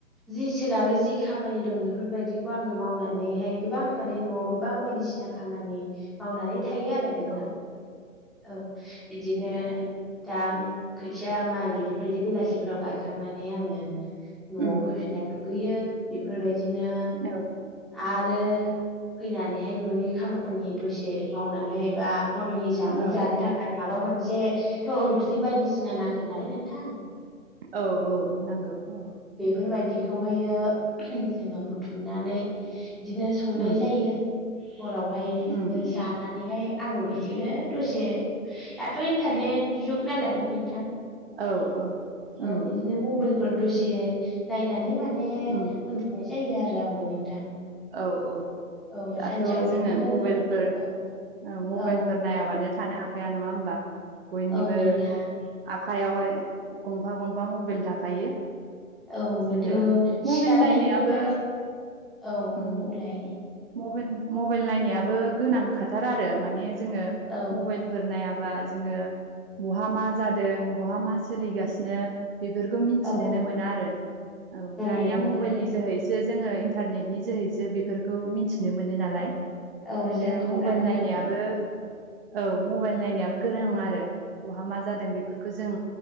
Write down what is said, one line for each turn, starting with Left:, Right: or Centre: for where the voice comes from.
Centre: जि सोलाबो जि खामानि दं बेफोरबायदिखौ आङो मावनानैहाय गोबां माने न'आव गोबां बायदिसिना खामानि मावनानै थायो आरो आरो नोंथां
Right: औ
Centre: औ बिदिनो दाम खोथिया माइ बेफोरबायदि बेलासिफोराव गायखांनानै आङो न'आव
Right: उम
Centre: फैफिननाय दुगैयो बेफोरबायदिनो
Right: औ
Centre: आ रो फैनानैहाय न'नि खामानि दसे मावनानै बा हरनि जामुं
Right: औ
Centre: जानो थाखाय माबा मोनसेथ' ओंख्रि बायदिसिना नांगोन नालाय नोंथां
Right: औ औ नांगौ औ
Centre: बेफोरबायदिखौहायो जोङो बुथुमनानै बिदिनो संनाय
Right: उम
Centre: जायो हरावहाय बिदिनो
Right: उम उम
Centre: जानानैहाय आंबो बिदिनो दसे दाथ' इन्टारनेट जुग नालाय नोंथां
Right: औ औ
Centre: औ
Right: उम
Centre: बिदिनो मबेलफोर दसे नायनानै माने
Right: उम
Centre: उन्दुनाय जायो आरो आंबो नोंथां
Right: औ औ
Centre: औ
Right: दाथ'
Centre: सानसेयाव
Right: जोङो
Centre: बिदिनो
Right: मबाइलफोर
Centre: औ
Right: ओ मबाइलफोर
Centre: औ
Right: नायाबानो थानो हाखाया नङा होमबा बयनिबो
Centre: औ नोंथां
Right: आखाइयावहाय गंफा गंफा मबाइल थाखायो
Centre: औ बिथ'
Right: जोङो मबाइल
Centre: सिखारनायनिफ्राय
Right: नायनायाबो
Centre: औ बुंलाय
Right: उम मबाइल मबाइल नायनायाबो गोनांखाथार आरो माने जोङो
Centre: औ
Right: मबाइल फोर नायाबा जोङो बहा मा जादों बहा मा सोलिगासिनो बेफोरखो मिथिनोनो
Centre: औ
Right: मोना आरो औ दानिया
Centre: नंगौ नोंथां
Right: <unintelligible> जोङो इन्टारनेटनि जोहैसो बेफोरखौ मिनथिनो मोनो नालाय
Centre: औ
Right: ओंखायनो
Centre: जों खौरां
Right: मबाइल
Centre: मोनो
Right: नायनायाबो औ मबाइल नायनायाबो गोरों
Centre: औ
Right: आरो बहा मा जादों बेफोरखो जों